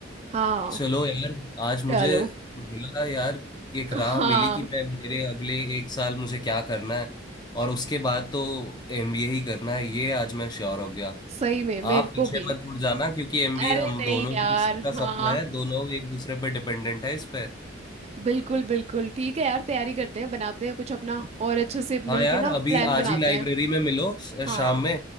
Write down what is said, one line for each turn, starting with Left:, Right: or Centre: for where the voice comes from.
Right: हाँ
Left: चलो यार आज मुझे
Right: चलो
Left: मिला यार एक राह
Right: हाँ
Left: मिली कि मैं मेरे अगले एक साल मुझे क्या करना है और उसके बाद तो एमबीए ही करना है ये आज मैं श्योर हो गया
Right: सही में मेरे
Left: आप पीछे
Right: को भी
Left: मत मुड़ जाना क्योंकि एमबीए
Right: अरे
Left: हम
Right: नहीं
Left: दोनों
Right: यार
Left: की का
Right: हाँ
Left: सपना है दोनों एक दूसरे पर डिपेंडेंट है इस पे
Right: बिल्कुल बिल्कुल ठीक है यार तैयारी करते हैं बनाते हैं कुछ अपना और अच्छे से
Left: हाँ
Right: मिलके
Left: यार
Right: ना
Left: अभी
Right: प्लान बनाते
Left: आज ही लाइब्रेरी
Right: हैं
Left: में मिलो श-
Right: हाँ
Left: शाम में